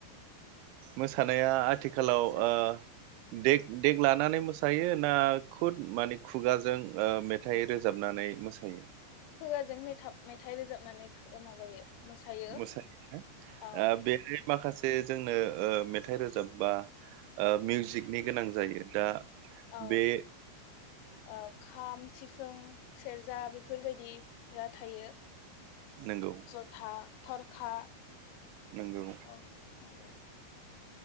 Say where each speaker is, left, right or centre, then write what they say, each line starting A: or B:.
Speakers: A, on the right (about 80°); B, on the left (about 85°).
A: मोसानाया आथिखालाव
B: मोसा
A: ओ दे देक लानानै मोसायो ना खुद माने खुगाजों मेथाइ रोजाबनानै मोसायो
B: खुवाजों मेथा-मेथाइ रोजाबनानै माबायो मोसायो
A: मोसानाया
B: औ
A: बेहाय माखासे जोंनो ओ मेथाइ रोजाबबा ओ मिउजिकनि गोनां जायो दा
B: औ
A: बेखौ
B: औ। खाम सिफुं सेरजा बेफोरबायदिफोरा थायो।
A: नंगौ
B: जथा थर खा
A: नंगौ
B: औ नंगौ